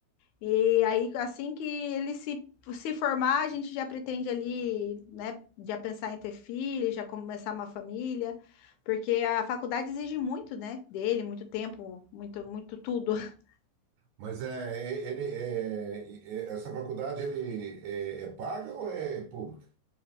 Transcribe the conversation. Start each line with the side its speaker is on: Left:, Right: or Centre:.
Left: E aí, assim que ele se, se formar, a gente já pretende ali, né? Já pensar em ter filho, já começar uma família, porque a faculdade exige muito, né? Dele, muito tempo, muito, muito tudo. <laughs>
Right: Mas é, e- ele, é, e- é- essa faculdade ele é, é paga ou é pública?